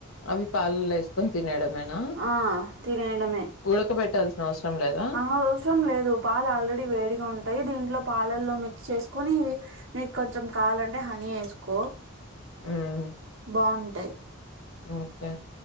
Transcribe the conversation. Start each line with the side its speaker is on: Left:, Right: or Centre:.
Left: అవి పాలలో వేసుకొని తినేయడమేనా
Right: ఆ తినేయడమే
Left: ఉడకబెట్టాల్సిన అవసరం లేదా
Right: ఆ అవసరం లేదు పాలు ఆల్రెడీ వేడిగా ఉంటాయి దీంట్లో పాలల్లో మిక్స్ చేసుకొని నీకు కొంచెం కావాలంటే హనీ వేసుకో
Left: ఉమ్
Right: బాగుంటాయి
Left: ఓకే